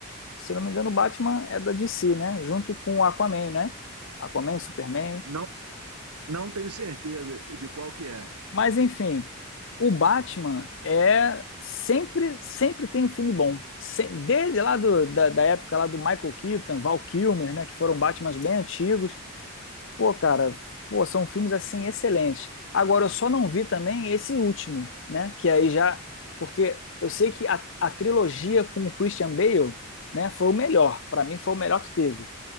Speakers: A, on the left (about 55°); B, on the right (about 85°).
A: se eu não me engano, o Batman é da DC, né? Junto com o Aquaman, né? Aquaman, Superman.
B: Não Não tenho certeza de qual que é.
A: Mas enfim, o Batman é sempre sempre tem um filme bom. Se- Desde lá do- da, da época lá do Michael Keaton, Val Kilmer, né, que foram Batmans bem antigos. Pô, cara, pô, são filmes assim excelentes. Agora eu só não vi também esse último, né, que aí já porque eu sei que a, a trilogia com o Christian Bale, né, foi o melhor. Pra mim foi o melhor que teve.